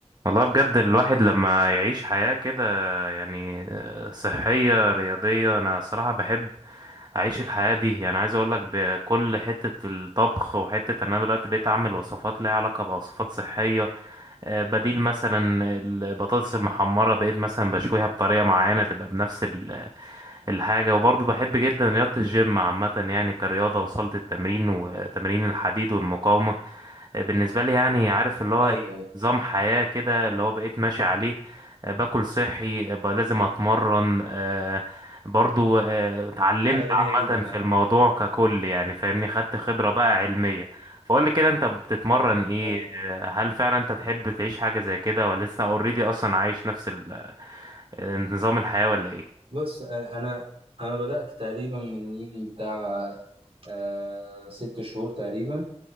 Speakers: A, on the right (about 35°); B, on the right (about 55°).
A: والله بجد الواحد لما يعيش حياة كده يعني آه، صحية رياضية أنا صراحة بحب أعيش الحياة دي يعني عايز أقولك بكل حتة الطبخ وحتة أن أنا دلوقتي بقيت أعمل وصفات ليها علاقة بوصفات صحية آه، بديل مثلا البطاطس المحمرة بقيت مثلا بشويها بطريقة معينة تبقى بنفس ال- الحاجة وبرضه بحب جدا رياضة الجيم عامة يعني كرياضة وصلت التمرين وتمرين الحديد والمقاومة آه، بالنسبة لي يعني عارف اللي هو
B: ايوه
A: إيه،
B: ايوه
A: نظام حياة كده اللي هو بقيت ماشي عليه آه، باكل صحي آه، بقى لازم اتمرن آه، برضو آه، اتعلمت
B: حاجه جميله
A: عامة
B: جدا يعني
A: في الموضوع ككل يعني فاهمني خدت خبرة بقى علمية فقول لي كده انت بتتمرن ايه
B: ايوه
A: آه، هل فعلا انت تحب تعيش حاجة زي كده ولا لسه اوريدي اصلا عايش نفس ال- آه، نظام الحياة ولا ايه
B: بص انا انا أنا بدات تقريبا من يجي بتاع آه ست شهور تقريبا